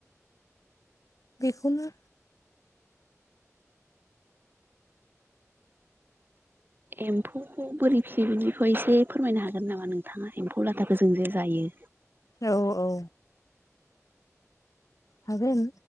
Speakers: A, on the left; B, on the right.
A: बेखौनो
B: एम्फौखौ बोरै फिसियो बिनिखौ एसे फोरमायनो हागोन नामा नोंथाङा एम्फौ लाथाखौ जों जे जायो।
A: औ औ हागोन